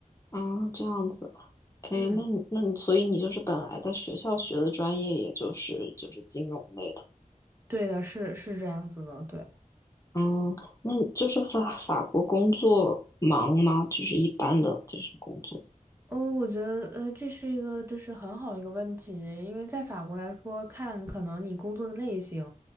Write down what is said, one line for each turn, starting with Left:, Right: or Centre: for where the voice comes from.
Left: 啊，这样子，哎，
Right: 嗯，
Left: 那你那你，所以你就是本来在学校学的专业，也就是就是金融类的，
Right: 对的，是是这样子的，对。
Left: 嗯，那就是法法国工作忙吗？就是一般的就是工作，
Right: 哦，我觉得呃，这是一个就是很好一个问题，因为在法国来说，看可能你工作的类型。